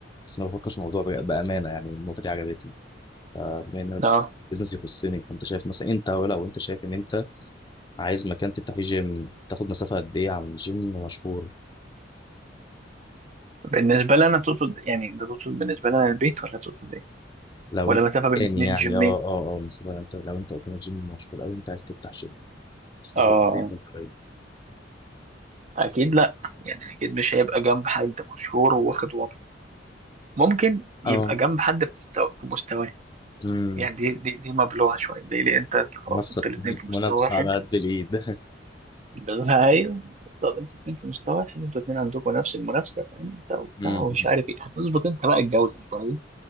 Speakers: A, on the left; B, on the right.
A: بس ما بفكرش في الموضوع ب- بأمانة يعني النقطة دي عجبتني فبما ان
B: اه
A: بزنس يخصني فانت شايف مثلا انت ولو انت شايف ان انت عايز مكان تفتح فيه جيم تاخد مسافة قد ايه عن جيم مشهور
B: بالنسبة لي أنا تقصد يعني ده تقصد بالنسبة لي أنا البيت ولا تقصد إيه؟
A: لو
B: ولا
A: انت
B: مسافة بين
A: يعني
B: اتنين
A: يعني
B: جيمين؟
A: اه اه اه مثلا انت لو انت قدامك جيم مشهور قوي انت عايز تفتح جيم تفتحه
B: اه
A: قريب ولا بعيد؟
B: اكيد لا يعني اكيد مش هيبقى جنب حد مشهور وواخد وضعه ممكن يبقى
A: اه
B: جنب حد في مستوى في مستواه
A: امم
B: يعني دي دي دي مبلوعه شويه ليه ليه انت أنت خلاص
A: منافسة
B: انتوا الاثنين في مستوى
A: منافسة
B: واحد
A: على قد الإيد
B: بالنسبه ايوه طب انتوا الاثنين في مستوى واحد انتوا الاثنين عندكم نفس المنافسه انت
A: <laughs>
B: وبتاع
A: امم
B: ومش عارف ايه هتظبط انت بقى الجوزه شويه